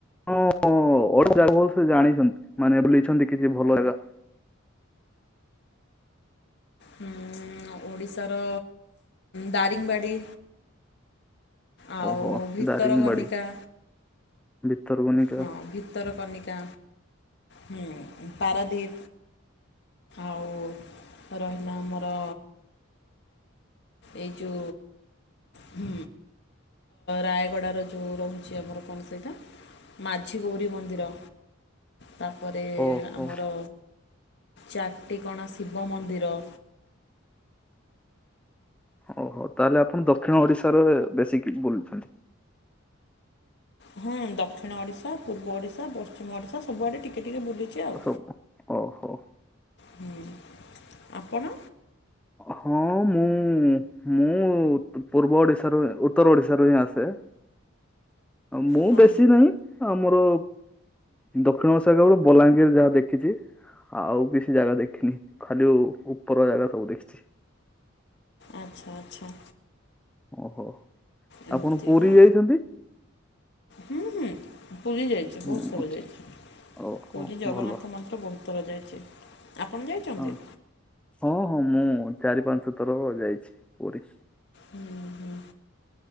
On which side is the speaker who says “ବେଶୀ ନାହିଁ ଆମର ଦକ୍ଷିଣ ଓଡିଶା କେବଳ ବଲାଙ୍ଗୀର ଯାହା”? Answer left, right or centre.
Centre